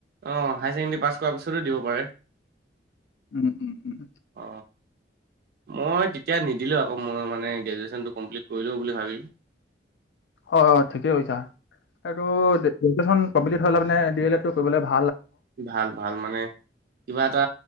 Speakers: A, on the right; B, on the left.
A: অঁ, হাই ছেকেণ্ডী পাছ কৰা পিছটো দিব পাৰে।
B: উম উম উম।
A: অ মই তেতিয়া নিদিলোঁ আক' মই মানে, গ্ৰেজুৱেশ্যনটো কমপ্লিট কৰিলও বুলি ভাৱিলোঁ।
B: অঁ, অঁ ঠিকেই কৈছা। এইটো গেজুৱেশ্যন কমপ্লিট হ'লে মানে ডি এল এটটো কৰিবলে ভা
A: ভাল, ভাল মানে, কিবা এটা